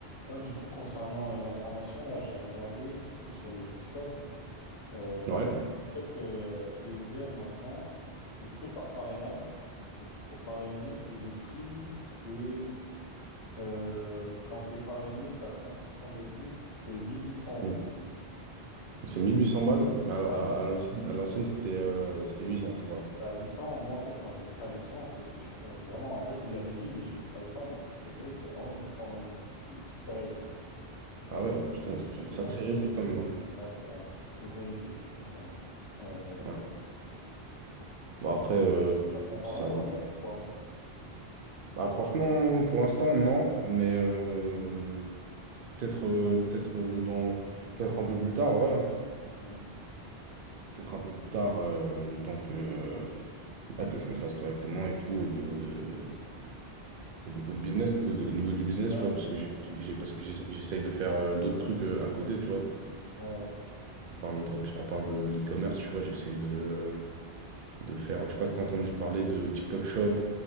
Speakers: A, on the left; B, on the right.
A: Ouais, du coup, concernant euh, la formation, là, j'ai regardé, tu sais, sur le Discord. Euh,
B: Ouais,
A: en fait, euh, c'est ouvert maintenant, mais que par parrainage. Donc, il faut parrainer. Et le prix, c'est euh, quand tu es parrainé, tu as 5% de réduc, c'est 1800 euros.
B: donc donc c'est 1800 balles, mais
A: Ouais.
B: à, à- à l'ancienne, à l'ancienne, c'était euh, c'était 800, c'est ça?
A: À 800 moi, en fait, quand je l'ai pris à 800 c'était je crois, vraiment. En fait, il l'avait dit, mais je ne les croyais pas. Mais en fait, c'était vrai, c'était vraiment juste pendant une toute petite période.
B: Ah ouais, putain,
A: Le
B: ils
A: prix
B: ont fait une
A: de
B: sacrée
A: base, c'est
B: réduction
A: ça.
B: quand même. hein.
A: Là, c'est un plus gros yébi, je peux comprendre. ouais. Euh,
B: Ouais. Bon, après,
A: T'as
B: euh,
A: t'as ce montant-là,
B: si ça
A: toi,
B: vaut
A: à
B: le-
A: mettre ou pas?
B: Bah, franchement, pour l'instant, non, mais euh, peut-être euh, peut-être euh, dans... peut-être un peu plus tard, ouais. hein.
A: Mm.
B: Peut-être un peu plus tard, euh, le temps que, euh, bah, que je me fasse correctement et tout au niveau de, au niveau de business, tu- au, au niveau du business,
A: Ouais,
B: tu vois, parce que j'ai,
A: ouais,
B: j'ai-
A: ouais.
B: parce que j'essa- j'essaye de faire euh, d'autres trucs euh, à côté, tu vois.
A: Ouais, ouais.
B: À part le drop, à part le l'e-commerce, tu vois, j'essaye de, de faire. Je sais pas si t'as entendu parler de TikTok Shop.